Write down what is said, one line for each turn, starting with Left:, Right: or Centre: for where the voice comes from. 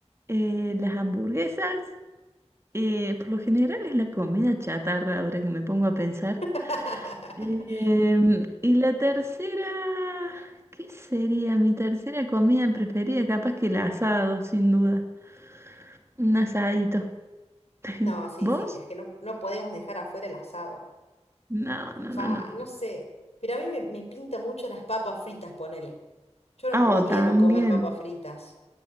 Right: eh, las hamburguesas, eh, por lo general es la comida chatarra ahora que me pongo a pensar.
Left: <laughs>
Right: Em, y la tercera, ¿qué sería mi tercera comida preferida? Capaz que el asado, sin duda, un asadito. <laughs>
Left: No, sí,
Right: ¿Vos?
Left: sí, es que no, no podemos dejar afuera el asado.
Right: No, no,
Left: Fa,
Right: no, no.
Left: no sé, pero a mí me, me pinta mucho las papas fritas, ponele. Yo no
Right: Ah,
Left: podría
Right: oh, también.
Left: no comer papas fritas.